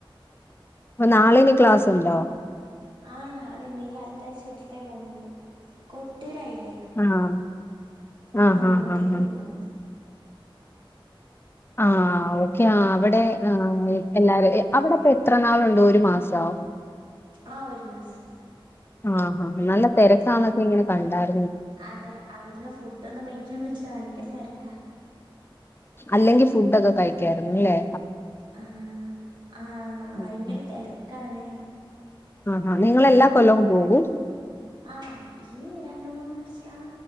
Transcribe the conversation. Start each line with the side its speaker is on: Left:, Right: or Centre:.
Left: അപ്പൊ നാളെ ഇനി ക്ലാസ്സുണ്ടോ
Right: ആ നാളെ ഉണ്ട് ഇനി അടുത്ത ആഴ്ച തൊട്ടിട്ടെ പോകുന്നുള്ളൂ കൊട്ടൂരായി ഇല്ലേ
Left: ആഹ്
Right: അപ്പൊ
Left: ആഹ് ഹാ
Right: അങ്ങോട്ടേക്ക്
Left: ഹാ ഹാ
Right: പോണം
Left: ആഹ് ഓക്കെ ആ അവിടെ എല്ലാരും അവിടൊക്ക എത്ര നാളുണ്ട് ഒരു മാസവൊ
Right: ആഹ് ഒരു മാസം
Left: ആഹ് ആ നല്ല തിരക്ക് ആന്നൊക്കെ ഇങ്ങനെ കണ്ടാരു
Right: അതെ അവിടുന്ന് ഫുഡ് ഒന്നും കഴിക്കാൻ പറ്റില്ല ഭയങ്കര തെര ക്കാ
Left: അല്ലെങ്കിൽ ഫുഡ് ഒക്കെ കഴിക്കായിരുന്നു ഇല്ലേ
Right: ആ ആ
Left: ഉം.
Right: ഭയങ്കര തേരക്കാണേ
Left: ആ ഹാ നിങ്ങെളെല്ലാ കൊല്ലവും പോകും
Right: ആ ഈ രണ്ട മൂന്ന് വർഷ ആ